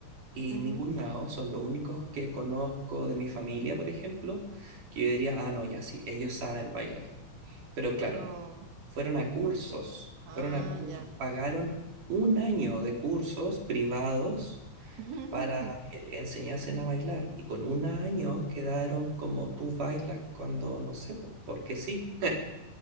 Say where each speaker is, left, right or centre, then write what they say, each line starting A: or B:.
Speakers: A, on the right; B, on the right.
A: y
B: Ujú.
A: mi cuñado son los únicos que conozco de mi familia, por ejemplo, que yo diría, ah, no, ya sí, ellos saben bailar. Pero claro,
B: Pero,
A: fueron a cursos,
B: ¿por qué? Ah,
A: fueron a cursos,
B: ya.
A: pagaron un año de cursos privados
B: <laughs>
A: para que le enseñasen a bailar y con un año quedaron como tú bailas cuando, no sé, po- porque sí.